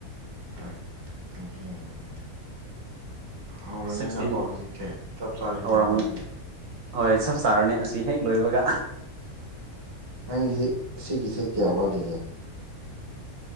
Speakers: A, on the right; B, on the right.
A: ꯍꯣꯏ ꯌꯦꯡꯒꯦ ꯌꯦꯡꯉꯒꯦ ꯍꯧꯔꯅꯤꯅꯀꯣ
B: ꯁꯤꯛꯁꯇꯤꯟ
A: ꯍꯧꯖꯤꯛꯇꯤ ꯆꯞ ꯆꯥꯔꯦꯅꯦ
B: ꯍꯧꯔꯝꯒꯅꯤ
A: ꯏꯕꯅꯤ
B: ꯍꯣꯏ ꯆꯞ ꯆꯥꯔꯅꯤ ꯑꯁꯤ ꯍꯦꯛ ꯂꯣꯏꯕꯒ
A: ꯅꯪꯁꯦ ꯁꯤꯒꯤꯁꯦ ꯀꯌꯥ ꯋꯥꯂ ꯂꯤꯒꯦ